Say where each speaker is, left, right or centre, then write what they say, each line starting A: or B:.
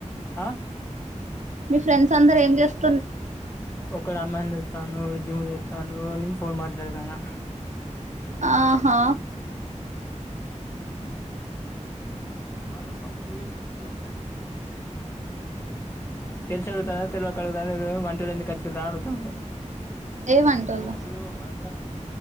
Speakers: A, on the left; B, on the right.
A: ఆ
B: మీ ఫ్రెండ్స్ అందరు ఏం చేస్తారు
A: ఒక రామాయ ఎత్తను జిమ్ ఎత్తాను నిం ఫోన్ మాట్లాడదనా నేను
B: ఆహా
A: ప మ వ ఎఖచ్చి తె అతా తెలిగు ఎందు కచ్చ రాడుతాను
B: ఏవంటోళ్ళు
A: పో ఇబడు వంద